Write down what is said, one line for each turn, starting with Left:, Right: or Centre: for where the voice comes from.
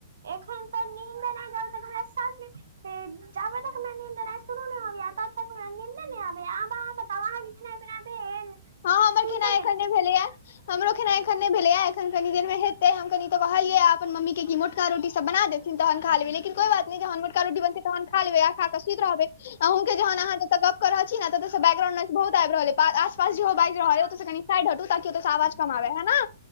Right: एखन त नींद नहि जब तक। त जब तक मे नीन्द शुरू नहि हो गय तब तक नीन्द न आबबहाँ। त आँह के खेनाइ -पिनाइ भेल।
Left: हँ हमर
Right: सुतै
Left: केेना एखन नहि भेलैया हमरो केेना एखन नहि भेलैया एखन कनी देर में। ते हम कनी त कहलै अपन मम्मी के मोटका रोटी सब बना देथिन तहन खा लेबै। कोइ बात न छै तन खा ले आ खा के सुति रहबै अँकेहाँ। तऽ ब्र बहुत आग्र रहल ए। आसपास जे बाइज
Right: के
Left: रहै ओ त कनि साइड हटू ताकि ओ त से आवाज कम आबे ह ने।